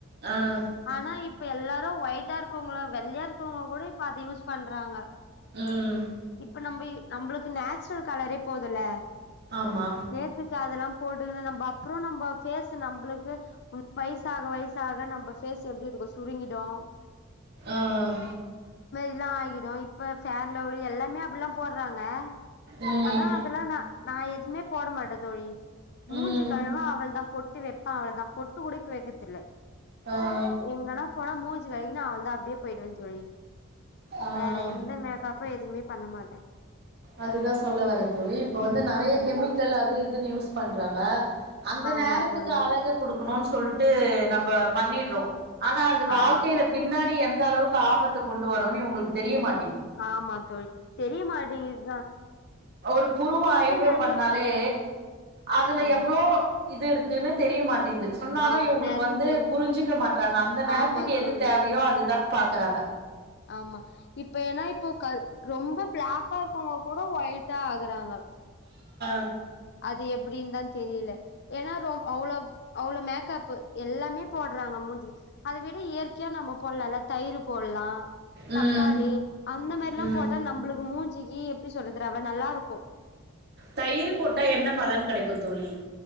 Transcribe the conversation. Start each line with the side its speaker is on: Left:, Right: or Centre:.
Right: ஆ
Left: ஆனா இப்ப எல்லாரும் வயிற் இருக்கவங்களோ வெள்ளயா இருக்கவுங்க கூட இப்ப அதை யூஸ் பண்றாங்க
Right: ம்
Left: இப்ப நம்ம நம்மளுக்கு நேச்சுரல் கலரே போதுல்ல
Right: ஆமா
Left: நேத்துக்கு அதெல்லாம் போடு நம் அப்புறம் நம்ம பேஸ் நம்மளுக்கு வயசாக வயசாக நம்ம பேஸ் எப்டி இருக்கும் சுருங்கிடும்
Right: ஆஹ்
Left: ல்லாம் ஆகிடும் இப்பேர்லவுலி எல்லாமே எல்லாம் போட்றாங்க
Right: ம்
Left: ஆனா அதெல்லாம் ந நான் எதுவுமே போட மாட்டேன் தோழி மூஞ்சுக்கு
Right: ம்
Left: அவள தான் பொட்டு வப்பான் அவள தான் பொட்டு டு கூட இப்பவெக்கிரதில்ல
Right: ஆ
Left: எங்கன்னா போனா மூஞ் கழுவி அவள்தான் அப்டியே போயிடுவேன்னு தொழி
Right: ஆ
Left: வேற எந்த மேக்கப் இப்ப எதுவுமே பண்ண மாட்டன்
Right: அதுதான் சொல்ல வரேன் தோழி இப்ப வந்து நறைய
Left: ஆமா
Right: கெமிக்கல் அது இதுன்னு யூஸ் பண்ண ப்புங்கா அந்த
Left: ஆமா
Right: நேரத்துக்கு
Left: தோழி
Right: அழக குடுக்கணும்னு சொல்லிட்டு நம்ம பண்ணிறோம் ஆனா அது வாழ்க்கையில
Left: ஆமா
Right: பின்னாடி எந்த அளவுக்கு ஆபத்தை கொண்டு வரோனு இவுங்களுக்கு தெரிய மாட்டே
Left: ஆமா தோழி தெரியமாட்டேங்கிது
Right: ஒரு புருவ ஐப்ரோ
Left: நெறைய
Right: பண்ணாலே
Left: பண்றாங்க
Right: அதுல
Left: ஆமா
Right: எவ்ளோ இது இருக்கு ன்னு தெரியமாட் ங்கிது சொன்னாலும்
Left: ஆமா
Right: இவுங்களுக்கு
Left: நரம்பு
Right: வந்து புரிஞ்சுக்க மாட்டறாங்க அந்த நேரத்துக்கு
Left: ஆமா
Right: எது
Left: தோழி
Right: தேவையோ அதுதான் பாக்குறாங்க
Left: ஆமா இப்ப ஏன்னா இப்போ ரொம்ப பிளாக்கா இருக்கவுங்க கூட ஒயிட்டா ஆகுறாங்க
Right: <inaudible>
Left: அது எப்டின்னு தான் தெரியல ஏன்னா ரொம் அவ்ளோஅவ்ளோ மேக்கப் எல்லாமே போடுறாங்க மூஞ்சி அதை விட இயற்கையா நம்ம போடலால்ல தயிர் போடலாம்
Right: ம்
Left: தக்காளி அந்த மாரில்லாம்
Right: ம்
Left: போட்டா நம்ளுக்கு மூஞ் சுகி எப்படி சொல்றது ரவ நல்லாருக்கும்
Right: தயிர் போட்டா என்ன பலன் கடைக்கும் தோழி